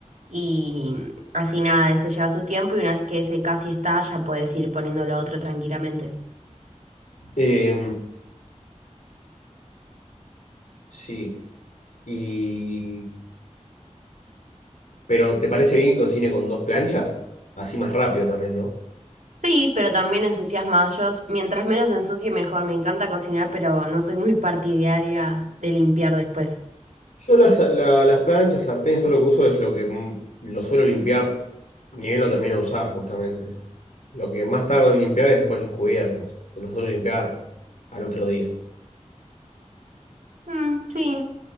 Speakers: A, on the right; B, on the left.
A: y así nada, ese lleva su tiempo y una vez que ese casi está, ya puedes ir poniendo lo otro tranquilamente.
B: Eh, sí. Y... Pero ¿te parece bien que cocine con dos planchas? Así más rápido también, ¿no?
A: Sí, pero también ensucias más. Yo, mientras menos ensucie, mejor. Me encanta cocinar, pero no soy muy partidaria de limpiar después.
B: Yo las, la- las planchas, sartenes, todo lo que uso es lo que mm, lo suelo limpiar, ni bien lo termino de usar, justamente. Lo que más tardo en limpiar es después los cubiertos. que Los suelo limpiar al otro día.
A: Mm, sí.